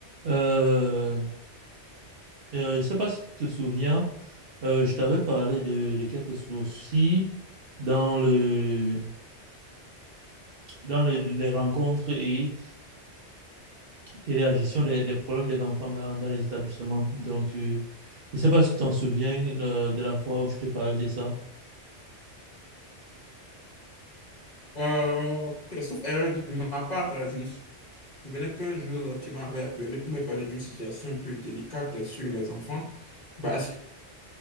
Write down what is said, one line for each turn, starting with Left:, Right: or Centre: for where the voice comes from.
Right: Euh, euh, je sais pas si tu te souviens, euh, je t'avais parlé de, de quelques soucis dans le, dans les, les rencontres et, et la gestion des, des problèmes des enfants dans, dans les établissements. Donc, euh, je sais pas si tu t'en souviens euh, de la fois où je t'ai parlé de ça.
Left: Euh, sauf erreur de ma part, euh, je me souvenais qu'un jour, euh, tu m'avais appelé pour me parler d'une situation un peu délicate sur les enfants. Bah, est-ce,